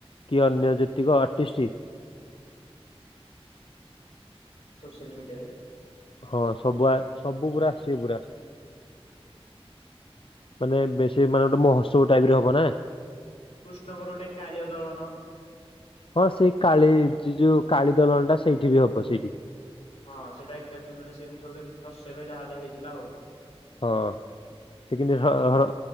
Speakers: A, on the left; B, on the left.
A: କି ଅନ୍ୟ ଯେତିକ ଆର୍ଟିଷ୍ଟ।
B: ଫିଲିମି ଟାରେ।
A: ହଁ ସବୁଆ ସବୁ ପୁରା ଆସିବେ ପୁରା। ମାନେ ବେଶୀ ମାନେ ଗୋଟେ ମହୋତ୍ସବ ଟାଇପରେ ହବ ନା।
B: କୃଷ୍ଣଙ୍କର ଗୋଟେ କାଳିଅ ଦଳନ।
A: ହଁ ସେଇ କାଳି ଯି ଯୋଉ କାଳି ଦଲନ ଟା ସେଇଠି ବି ହବ ସେଇଠି।
B: ହଁ ସେଇଟା ଏଗାର ଦିନ ମାନେ ସେ ସବୁ ରେ ଦରଶେଇବେ ଯାହା ଯାହା ହେଇଥିଲା ଆଉ ‌।
A: ହଁ ଠିକ୍ ହଁ ହଁ ବା